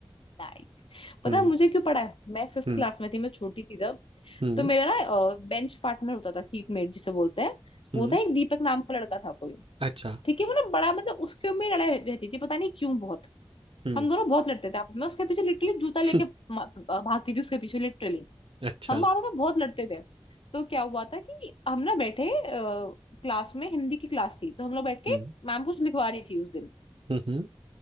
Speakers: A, on the left; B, on the right.
A: नाइस पता
B: हुँ,
A: है मुझे क्यों पढ़ा है मैं फिफ्थ
B: हुँ,
A: क्लास में थी मैं छोटी थी तब
B: हुँ,
A: तो मेरा ना बेंच पार्टनर होता था सीट मेट जिसे बोलते हैं
B: हुँ,
A: वो था एक दीपक नाम का लड़का था कोई
B: अच्छा,
A: ठीक है वो ना बड़ा मतलब उसके में लड़ाई रहती थी पता नहीं क्यों बहुत
B: हुँ,
A: हम दोनों बहुत लड़ते थे आपस में उसके पीछे लिटरली जूता लेके
B: <laughs>
A: मा- भागती थी उसके पीछे लिटरली
B: अच्छा,
A: हम आपस में बहुत लड़ते थे तो क्या हुआ था कि हम ना बैठे क्लास में हिंदी की क्लास थी तो हम लोग बैठ
B: हुँ,
A: के मैम कुछ लिखवा रही थी उस दिन
B: हुँ, हुँ।